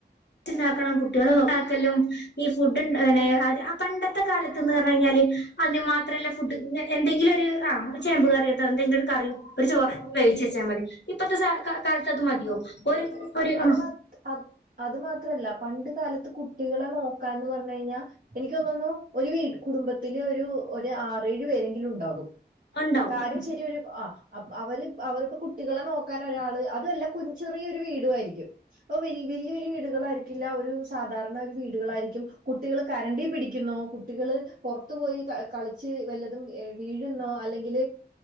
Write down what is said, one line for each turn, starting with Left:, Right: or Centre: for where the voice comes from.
Left: ഫുട്ണ്ടാക്കണം കുട്ടികള നോക്കണം. ഫുടുണ്ടാക്കലും പണ്ടത്തെ കാലത്ത്ന്ന് പറഞ്ഞഞ് കഴിഞ്ഞാല് അതിന് മാത്രമല്ല ഫുഡ് എന്തെങ്കിലും ഒരു ആ ചേമ്പ് കറി അ എന്തെങ്കിലും ഒരു കറി ഒരു ചോറ് വേവിച്ച് വെച്ചാൽ മതി ഇപ്പത്തെ കാലത്ത് അത് മതിയോ ഒരു ഒരു
Right: അത്
Left: ആ
Right: മാത് അത് അത് മാത്രല്ല പണ്ട് കാലത്ത് കുട്ടികളെ നോക്കാൻന്ന് പറഞ്ഞു കഴിഞ്ഞാൽ എനിക്ക് തോന്നുന്നു വി ഒരു കുടുംബത്തില് ഒരു ആറേഴു പേരെങ്കിലും ഉണ്ടാകും
Left: ഉണ്ടാവും
Right: കാര്യം ശരി ഒരു ആ അവര് അവർക് കുട്ടികളെ നോക്കാൻ ഒരാള് അതല്ല കുഞ് ചെറിയ ഒരു വീട് ആയിരിക്കും ഇപ്പൊ വലിയ വലിയ വീടുകളായിരിക്കില്ല ഒരു സാധാരണ ഒരു വീടുകളായിരിക്കും കുട്ടികൾ കരണ്ടി പിടിക്കുന്നോ കുട്ടികൾ പുറത്തു പോയി കളിച്ച് വല്ലതും വീഴുന്നോ അല്ലെങ്കിൽ